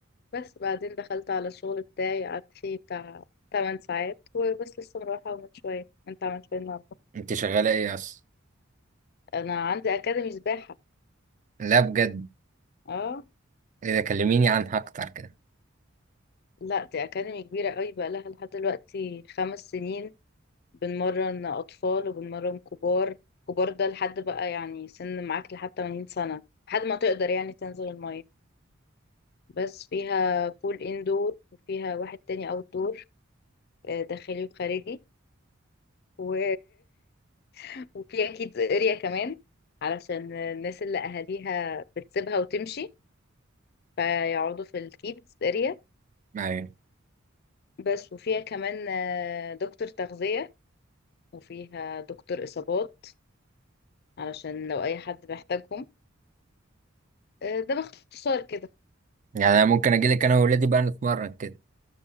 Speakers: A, on the left; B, on the right.
A: بس بعدين دخلت على الشغل بتاعي قعدت فيه بتاع 8 ساعات وبس لسه مروحه من شويه انت عملت ايه النهارده
B: انت شغاله ايه اصلا
A: انا عندي اكاديمي سباحه
B: لا بجد
A: اه
B: اذا كلميني عنها اكتر كده
A: لا دي اكاديمي كبيره قوي بقى لها لحد دلوقتي خمس سنين بنمرن اطفال وبنمرن كبار كبار ده لحد بقى يعني سن معاك لحد 80 سنه لحد ما تقدر يعني تنزل الميه بس فيها بول اندور وفيها واحد تاني اوت دور داخلي وخارجي و... <laughs> وفي اكيد اريا كمان علشان الناس اللي اهاليها بتسيبها وتمشي فيقعدوا في الكيدز اريا
B: ايوه
A: بس وفيها كمان آه، دكتور تغذية وفيها دكتور اصابات علشان لو اي حد محتاجهم آه، ده باختصار كده
B: يعني انا ممكن اجيلك انا وولادي بقى نتمرن كده